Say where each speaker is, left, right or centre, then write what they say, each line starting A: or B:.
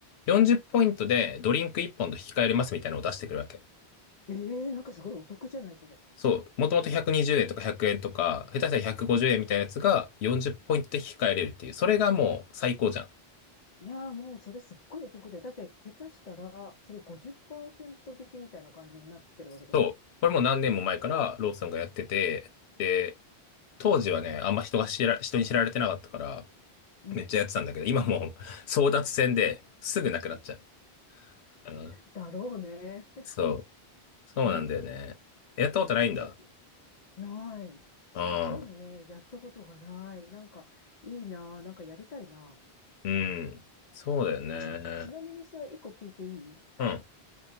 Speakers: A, on the left; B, on the left.
A: 40ポイントでドリンク1本と引き換えれますみたいなのを出してくるわけ。
B: ええーなんかすごいお得じゃない、それ。
A: そう。もともと120円とか100円とか、下手したら150円みたいなやつが40ポイントで引き換えれるっていう。それがもう最高じゃん。
B: いやーもうそれすっごいお得じゃん。だって下手したら、それ50%引きみたいな感じになってるわけでしょ
A: そう。これもう何年も前からローソンがやってて、で、当時はね、あんま人が知ら、人に知られてなかったから、
B: うん。
A: めっちゃやってたんだけど、今もう <laughs> 争奪戦ですぐなくなっちゃう。うん。
B: だろうね。
A: そう。そうなんだよね。
B: ええ
A: やったことないんだ。
B: ねそれ、ない。そう、
A: ああ、
B: そういうのね、やったことがない。なんか、いいなーなんかやりたいな
A: うん。そうだよね。
B: ぁでち、ちなみにさ、一個聞いていい
A: うん。